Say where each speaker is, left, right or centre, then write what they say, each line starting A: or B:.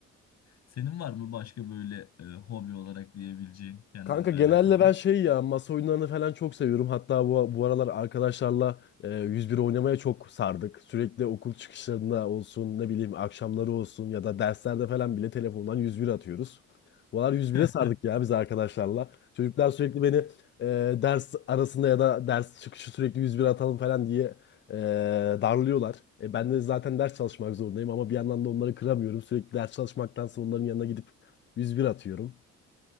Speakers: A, on the left; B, on the left.
A: Senin var mı başka böyle e, hobi olarak diyebileceğin kendinle
B: Kanka genelde
A: alakalı?
B: ben şey ya masa oyunlarını falan çok seviyorum. Hatta bu, bu aralar arkadaşlarla e, 101 oynamaya çok sardık. Sürekli okul çıkışlarında olsun ne bileyim akşamları olsun ya da derslerde falan bile telefondan 101 atıyoruz. Bu aralar 101'e
A: <laughs>
B: sardık ya biz arkadaşlarla. Çocuklar sürekli beni e, ders arasında ya da ders çıkışı sürekli 101 atalım falan diye e, darlıyorlar. E, ben de zaten ders çalışmak zorundayım ama bir yandan da onları kıramıyorum. Sürekli ders çalışmaktansa onların yanına gidip 101 atıyorum.